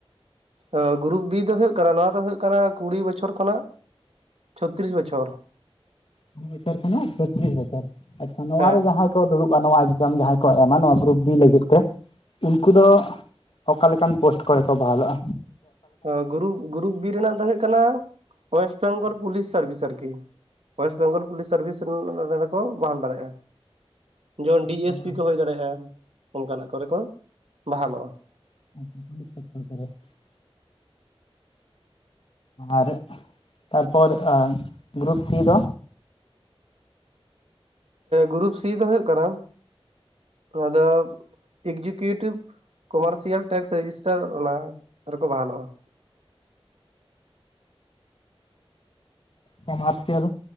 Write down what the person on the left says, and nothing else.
ᱠᱩᱲᱤ ᱵᱚᱪᱷᱚᱨ ᱠᱷᱚᱱᱟᱜ ᱪᱚᱛᱨᱤᱥ ᱵᱚᱪᱷᱚᱨ? ᱟᱪᱪᱷᱟ ᱱᱚᱣᱟ
ᱨᱮ ᱡᱟᱦᱟᱸ᱾ ᱠᱚ ᱫᱩᱲᱩᱵ-ᱟ ᱱᱚᱣᱟ ᱮᱠᱡᱟᱢ ᱡᱟᱦᱟᱸᱭ ᱠᱚ ᱮᱢᱟ ᱱᱚᱣᱟ ᱜᱨᱩᱯ ᱵᱤ ᱞᱟᱹᱜᱤᱫ ᱛᱮ᱾ ᱩᱱᱠᱩ ᱫᱚ ᱚᱠᱟ ᱞᱮᱠᱟᱱ ᱯᱳᱥᱴ ᱠᱚᱨᱮ ᱠᱚ ᱵᱟᱦᱟᱞᱚᱜ-ᱟ?
ᱢᱟᱱᱮ
<unintelligible> ᱟᱨᱮᱜ ᱛᱟᱨᱯᱚᱨ ᱟᱭ ᱜᱨᱩᱯ ᱥᱤ ᱫᱚ?
ᱠᱟᱢᱟᱨᱥᱤᱭᱟᱹᱞ